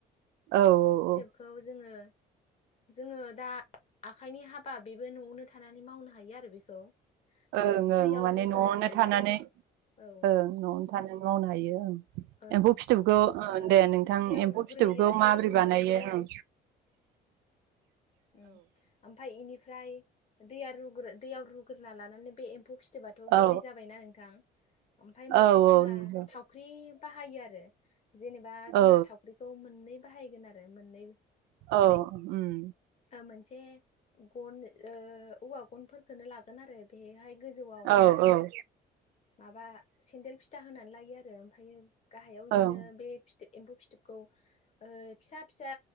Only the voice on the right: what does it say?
औ औ औ।
ओं
ओं
माने
न'आवनो
थानानै
ओं न'आवनो था थानानै मावनो हायो ओं।
एम्फौ फिथोबखौ ओ
दे नोंथां
एम्फौ
फिथोबखौ
माबोरै
बानायो
ओं
औ
औ
औ नंगौ
औ
औ ओम।
औ औ ओं
ओं